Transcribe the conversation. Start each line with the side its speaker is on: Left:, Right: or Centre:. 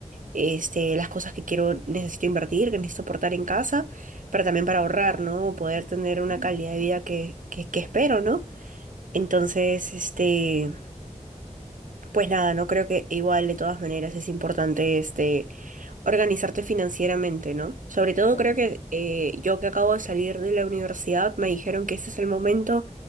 Right: este, las cosas que quiero, necesito invertir, que necesito aportar en casa, pero también
Left: mm,
Right: para ahorrar, ¿no? Poder
Left: Claro,
Right: tener una calidad de vida que, que, que espero, ¿no? Entonces, este... Pues nada, no creo que igual de todas maneras es importante este organizarte financieramente, ¿no? Sobre todo
Left: claro.
Right: creo que eh, yo que acabo de salir de la universidad me dijeron que ese es el momento